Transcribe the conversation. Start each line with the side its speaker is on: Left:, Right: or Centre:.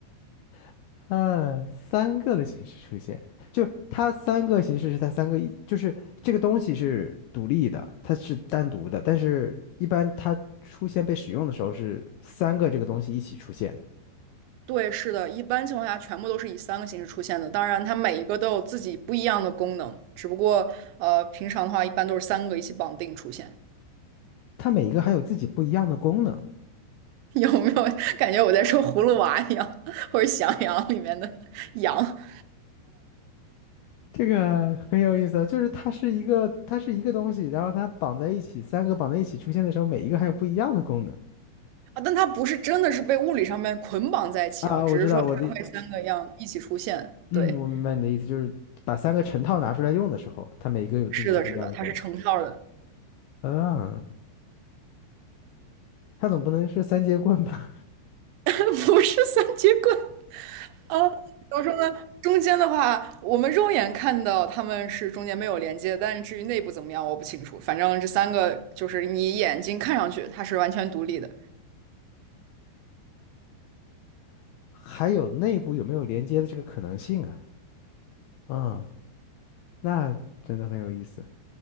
Left: <laughs> 嗯，三个的形式出现，就它三个形式是它三个一，就是这个东西是独立的，它是单独的，但是一般它出现被使用的时候是三个这个东西一起出现，
Right: 对，是的，一般情况下全部都是以三个形式出现的。当然，它每一个都有自己不一样的功能，只不过呃，平常的话一般都是三个一起绑定出现。
Left: 它每一个还有自己不一样的功能，
Right: <laughs> 有没有感觉我在说葫芦娃一样，或者喜羊羊里面的 <laughs> 羊啊？
Left: 这个很有意思啊就是它是一个它是一个东西，然后它绑在一起，三个绑在一起出现的时候，每一个还有不一样的功能。
Right: 但它不是真的是被物理上面捆绑在一起哦，
Left: 啊，
Right: 只是说它会三个样一起出现。
Left: 我知道，我的嗯，
Right: 对，
Left: 我明白你的意思，就是把三个成套拿出来用的时候，它每一个有自己不一样的功能。
Right: 是的，是的，它是成套的，
Left: 嗯，它总不能是三节棍吧？
Right: <laughs> 不是三节棍。啊，怎么说呢？中间的话，我们肉眼看到他们是中间没有连接，但是至于内部怎么样，我不清楚。反正这三个就是你眼睛看上去它是完全独立的。
Left: <laughs> 还有内部有没有连接的这个可能性啊？嗯，那真的很有意思。